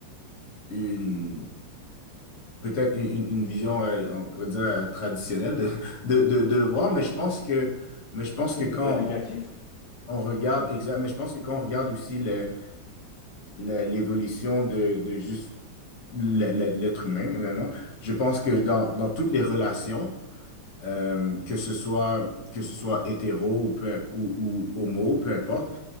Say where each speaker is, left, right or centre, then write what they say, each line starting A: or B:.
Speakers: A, on the left (about 45°); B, on the left (about 85°).
A: une peut-être une, une- une vision, euh, on pourrait dire, euh, traditionnelle de, de, de, de le voir, mais je pense que, mais je pense
B: Ouais,
A: que
B: c'est
A: quand
B: pas négatif.
A: on, on regarde, exact, mais je pense que quand on regarde aussi le- le- l'évolution de, de juste le- le- l'être humain, honnêtement, je pense que dans, dans toutes les relations, euh, que ce soit, que ce soit hétéro ou, peu, imp- ou, ou homo, peu importe,